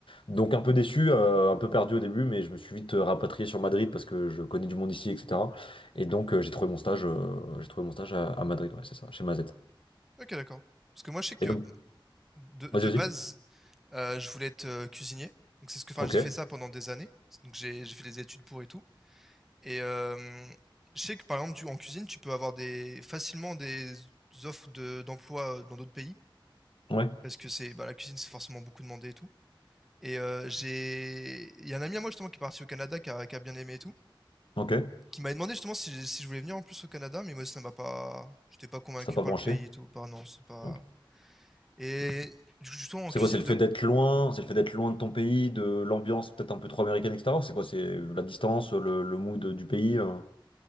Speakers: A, on the left; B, in the centre.
A: Donc, un peu déçu, euh, un peu perdu au début, mais je me suis vite euh, rapatrié sur Madrid parce que je connais du monde ici, etc. Et donc, euh, j'ai trouvé mon stage, euh, j'ai trouvé mon stage à, à Madrid, ouais, c'est ça, chez Mazet.
B: OK, d'accord. Parce que moi, je sais que
A: Et donc,
B: de de
A: vas-y, vas-y.
B: base, heu, je voulais être, heu, cuisinier. Donc c'est ce que enfin,
A: Ok,
B: j'ai fait ça pendant des années. Donc j'ai j'ai fait des études pour et tout et hem, je sais que par exemple, tu en cuisine, tu peux avoir des facilement des offres de d'emploi, heu, dans d'autres pays
A: ouais,
B: parce que c'est bah, la cuisine, c'est forcément beaucoup demandé et tout et heu, j'ai il y a un ami à moi justement qui est parti au Canada, qui a qui a bien aimé et tout,
A: ok.
B: qui m'avait demandé justement si si je voulais venir en plus au Canada, mais moi ça m'a pas j'étais pas convaincu
A: Ça t'a pas
B: par
A: branché.
B: le pays et tout, par non, c'est pas
A: Ok.
B: et du coup, justement
A: C'est
B: en cuisine
A: quoi, c'est le
B: de
A: fait d'être loin, c'est le fait d'être loin de ton pays, de l'ambiance peut-être un peu trop américaine, etc. ou C'est quoi, c'est la distance, le, le mood du pays. euh,